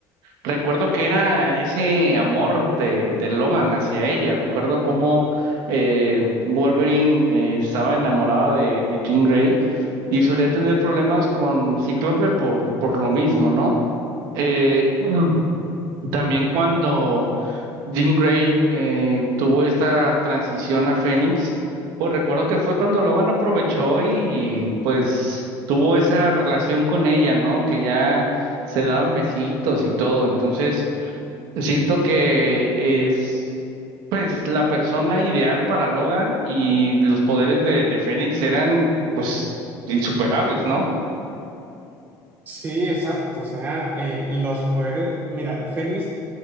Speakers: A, on the right; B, on the right.
A: Recuerdo que era ese amor de, de Logan hacia ella. Recuerdo cómo eh, Wolverine eh, estaba enamorado de, de Jean Grey y solía tener problemas con Cíclope por, por lo mismo, ¿no? Eh, Mm. también cuando Jean Grey eh, tuvo esta transición a Fénix, pues recuerdo que fue cuando Logan aprovechó y pues tuvo esa relación con ella, ¿no? Que ya se daban besitos y todo. Entonces, siento que es pues la persona ideal para Logan y los poderes de, de Fénix eran pues insuperables, ¿no?
B: Sí, exacto, o sea, eh, los poderes, mira, Fénix